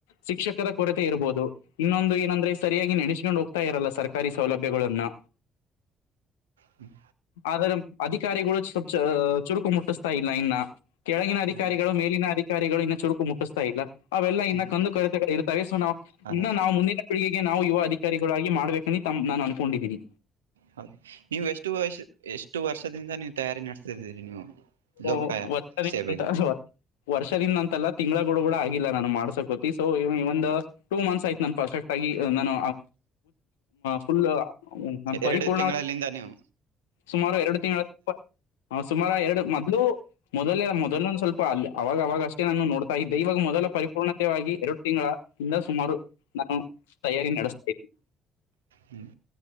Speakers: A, on the left; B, on the right.
A: ಶಿಕ್ಷಕದ ಕೊರತೆ ಇರ್ಬಹದು ಇನ್ನೊಂದು ಏನಂದ್ರೆ ಸರಿಯಾಗಿ ನೆಸ್ಕೊಂಡ್ ಹೋಗ್ತಾರೆ ಇರಲ್ಲ ಸರ್ಕಾರಿ ಸೌಲಭ್ಯಗಳನ್ನು
B: ಹ್ಮ್
A: ಆದರೆ ಅಧಿಕಾರಿಗಳು ಸ್ವಲ್ಪ ಚುರುಕು ಮುಟ್ಟಿಸ್ತಾ ಇಲ್ಲ ಇನ್ನ ಕೆಳಗಿನ ಅಧಿಕಾರಿಗಳು
B: ಹ್ಮ್
A: ಮೇಲಿನ ಅಧಿಕಾರಿಗಳು ಇನ್ನು ಚುರುಕು ಮುಟ್ಟಿಸ್ತಾ ಇಲ್ಲ ಅವೆಲ್ಲ
B: ಹ್ಮ್,
A: ಇನ್ನ ಕಂದು ಕೊರೆತೆಗಳು ಇರ್ತವೆ ಸೊ ನಾವು
B: ಹೌದಾ
A: ಇನ್ನ ನಾವು ಮುಂದಿನ ಪೀಳಿಗೆಗೆ ನಾವು ಯುವ ಅಧಿಕಾರಿ ಾಗಿ ಮಾಡ್ಬೇಕ ತ ನಾನು ಅನ್ಕೊಂಡಿದ್ದೀನಿ
B: ಹೌದು ನೀವು ಎಷ್ಟು ವರ್ಷ ಎಷ್ಟು ವರ್ಷದಿಂದ ನೀವು ತಯಾರಿ ನಡೆಸ್ತಿದ್ದೀರಿ ನೀವು
A: <unintelligible>
B: ಲೋಕಾಯ ಸೇವೆ
A: ವರ್ಷದಿಂದ ಅಂತಲ್ಲ ತಿಂಗಳಗಳು ಕೂಡ ಆಗಿಲ್ಲ ನಾನು ಮಾಡ್ಸೋಕೋತಿ ಸೊ ಒಂದು ಟೂ ಮಂತ್ಸ್ ಆಯ್ತು ನನ್ ಪರ್ಫೆಕ್ಟ್ ಆಗ ನಾನು ಫುಲ್ ನ
B: ಎರಡು
A: ಪರಿಪೂರ್ಣ
B: ತಿಂಗಳಲ್ಲಿಂದ ನೀವು
A: ಸುಮಾರು ಎರಡು ತಿಂಗಳ ಸುಮಾರು ಎರಡು ಮ ಮೊದಲೇ ಮೊದಲಂದು ಸ್ವಲ್ಪ ಅ ಅವಾಗ ಅವಾಗ ಅಷ್ಟೇ ನಾನು ನೋಡ್ತಾ ಇದ್ದೆ ಇವಾಗ ಮೊದಲ ಪರಿಪೂರ್ಣತೆವಾಗಿ ಎರಡು ತಿಂಗಳ ಇಂದ ಸುಮಾರು ನಾನು ತಯಾರಿ ನಡೆಸ್ತೇನೆ
B: ಹ್ಮ್